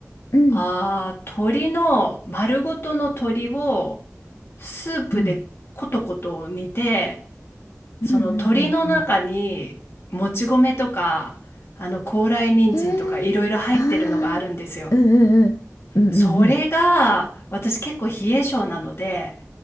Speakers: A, on the left (about 75°); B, on the left (about 50°).
A: うん
B: ああ、鶏の丸ごとの鶏をスープでコトコト煮て、
A: うん
B: その鶏の中にもち米とか、
A: うんうんうんう
B: あの高麗人参とかいろいろ入ってるのがあるんですよ。
A: んへえああーうんうんうんうんうん
B: それが私結構冷え性なので、